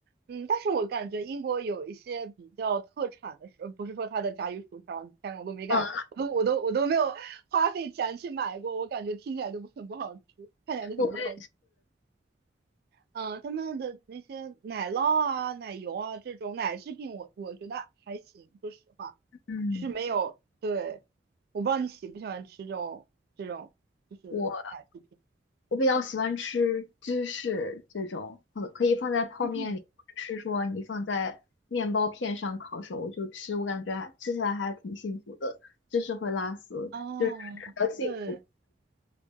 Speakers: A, on the right; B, on the left.
A: 嗯，但是我感觉英国有一些比较特产的食，不是说它的炸鱼薯条，天呐，我都没敢，
B: 嗯，
A: 我都我都我都没有花费钱去买过，我感觉听起来就不很不好吃，看起来就很不好吃。
B: 我对
A: 嗯，他们的那些奶酪啊、奶油啊这种奶制品我，我觉得还行，说实话，
B: 嗯，
A: 就是没有，对，我不知道你喜不喜欢吃这种这种就是奶制品。
B: 我我比较喜欢吃芝士这种，可可以放在泡面里，
A: 嗯，
B: 或者是说你放在面包片上烤熟就吃，我感觉还吃起来还挺幸福的。芝士会拉丝，
A: 哦，
B: 就是比较幸福。
A: 对